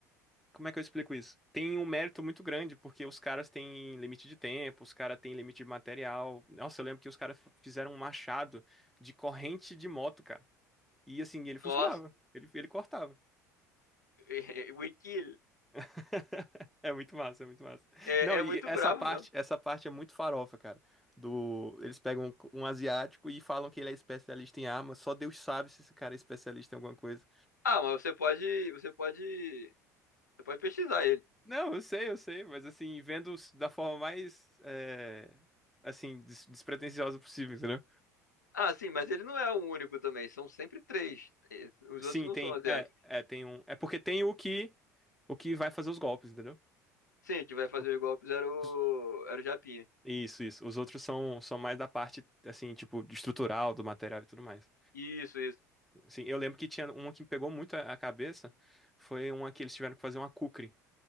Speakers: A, in the centre; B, on the left.
A: Como é que eu explico isso? Tem um mérito muito grande, porque os caras têm limite de tempo, os caras têm limite de material. Nossa, eu lembro que os caras f- fizeram um machado de corrente de moto, cara. E assim, ele funcionava.
B: Nossa,
A: Ele, ele cortava.
B: <laughs> o Ikil
A: <laughs> É muito massa, é muito massa.
B: é,
A: Não,
B: é
A: e
B: muito
A: essa
B: brabo
A: parte,
B: mesmo.
A: essa parte é muito farofa, cara. Do, eles pegam um, um asiático e falam que ele é especialista em arma. Só Deus sabe se esse cara é especialista em alguma coisa.
B: Ah, mas você pode, você pode, você pode pesquisar ele.
A: Não, eu sei, eu sei, mas assim, vendo s- da forma mais, é, assim, des- despretensiosa possível, entendeu?
B: Ah, sim, mas ele não é o único também, são sempre três. Eh, Os
A: Sim,
B: outros não
A: tem,
B: são asiáticos.
A: é, é, tem um, é porque tem o que, o que vai fazer os golpes, entendeu?
B: Sim, que vai fazer
A: O-
B: os golpes era o,
A: os-
B: era o Japinha.
A: Isso, isso. Os outros são, são mais da parte, assim, tipo, de estrutural, do material e tudo mais.
B: Isso, isso.
A: Assim, eu lembro que tinha uma que me pegou muito a, a cabeça, foi uma que eles tiveram que fazer uma kukri